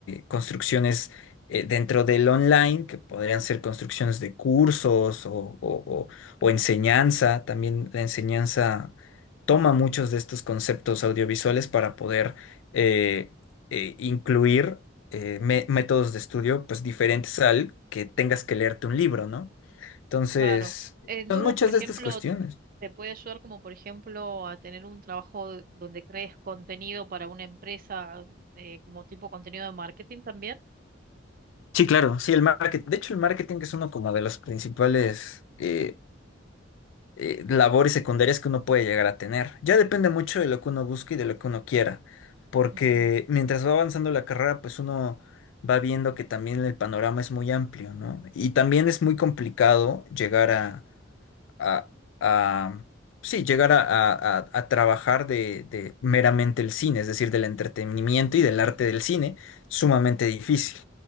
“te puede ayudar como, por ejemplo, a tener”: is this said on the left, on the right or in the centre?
Right